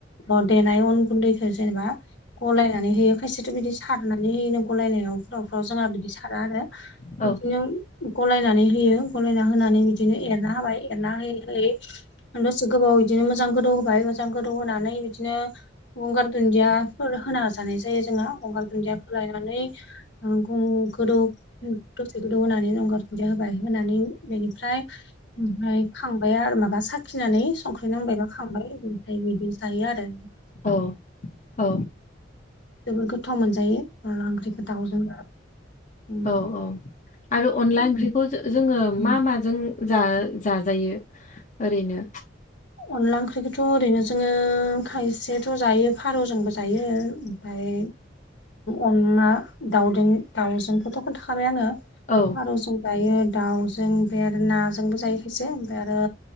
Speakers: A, on the left (about 70°); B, on the left (about 45°).
A: अ देनाय अन गुन्दैखौ जेनेबा गलायनानै होयो खायसेथ' बिदि सारनानै होनो गलायनायावफ्रावफ्राव जोंहा बिदि सारा आरो
B: औ
A: बिदिनो गलायनानै होयो गलायना होनानै बिदिनो एरना होबाय एरना होयै होयै दसे गोबाव बिदिनो मोजां गोदौ होबाय मोजां गोदौ होनानै बिदिनो गंगार दुन्दियाफोर होना जानाय जायो जोङो गंगार दुन्दियाखौलायनानै नंगौ गोदौ दसे गोदौ होनानै गंगार दुदिया होबाय होनानै बेनिफ्राय ओमफ्राय खांबाय आरो माबा साखिनानै संख्रि नांबायबा खांबाय ओमफ्राय बिदि जायो आरो
B: औ औ
A: जोबोद गोथाव मोनजायो अनला ओंख्रिखौ दाउजों उम
B: औ औ आरो अनला
A: उम
B: ओंख्रिखौ जोङो
A: उम।
B: मा मा जों जाजायो ओरैनो
A: अनला ओंख्रिखौथ' ओरैनो जोङो खायसेथ' जायो फारौजोंबो जायो ओमफ्राय अनला दाउजों दाउजों गथ' खनखाबायानो
B: औ
A: बार' ज जायो दाउजों ओमफ्राय आरो नाजोंबो जायोखायसो ओमफ्राय आरो